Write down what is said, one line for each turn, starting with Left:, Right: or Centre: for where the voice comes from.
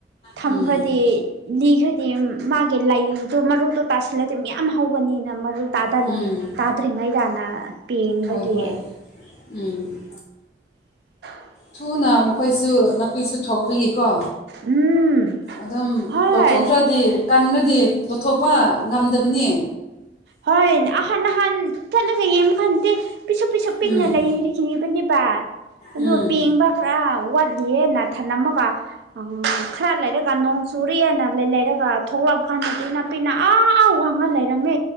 Right: ꯊꯝꯈ꯭ꯔꯗꯤ
Left: ꯎꯝ
Right: ꯂꯤꯈ꯭ꯔꯗꯤ ꯃꯥꯒꯤ ꯂꯩꯗꯣ ꯃꯔꯨꯗꯣ ꯇꯥꯁꯟ ꯂꯗꯤ ꯃꯌꯥꯝ ꯍꯧꯒꯅꯤꯅ ꯃꯔꯨ ꯇꯥꯗꯅ
Left: ꯎꯝ
Right: ꯇꯥꯗ꯭ꯔꯤꯉꯩꯗꯅ ꯄꯦꯡꯕꯒꯤ
Left: ꯍꯣꯏ ꯍꯣꯏ ꯎꯝ
Right: <inaudible>
Left: ꯊꯨꯅ ꯃꯈꯣꯏꯁꯨ ꯅꯥꯄꯤꯁꯨ ꯊꯣꯛꯄꯒꯤ ꯀꯣ
Right: ꯎꯝ
Left: ꯑꯗꯨꯝ
Right: ꯍꯣꯏ
Left: ꯂꯧꯊꯣꯛꯇ꯭ꯔꯗꯤ ꯀꯟꯔꯗꯤ ꯂꯧꯊꯣꯛꯄ ꯉꯝꯗꯕꯅꯦ
Right: ꯍꯣꯏ ꯑꯍꯥꯟ ꯑꯍꯥꯟ <unintelligible> ꯌꯦꯡꯕꯀꯥꯟꯗꯗꯤ ꯄꯤꯁꯛ ꯄꯤꯁꯛ ꯄꯤꯛꯅ
Left: ꯎꯝ
Right: ꯂꯩꯈꯤꯕꯅꯦꯕ ꯑꯗꯨꯒ
Left: ꯎꯝ
Right: ꯄꯦꯡꯕ ꯈꯔ ꯋꯥꯠ ꯊꯠꯂꯤꯌꯦꯅ ꯊꯅꯝꯃꯒ <unintelligible> ꯈꯔ ꯂꯩꯔꯒ ꯅꯣꯡ ꯆꯨꯔꯤ ꯍꯥꯏꯅ ꯂꯩꯔꯒ ꯊꯣꯛꯂꯛ ꯃꯥꯟꯗꯗꯤ ꯅꯥꯄꯤꯅ ꯑꯥ ꯋꯥꯡꯉ ꯂꯩꯔꯝꯃꯦ